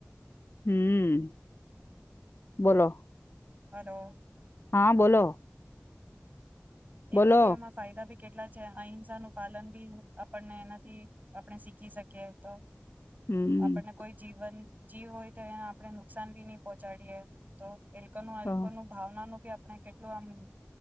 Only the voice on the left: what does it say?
હમ બોલો
હા બોલો બોલો
હમ
તો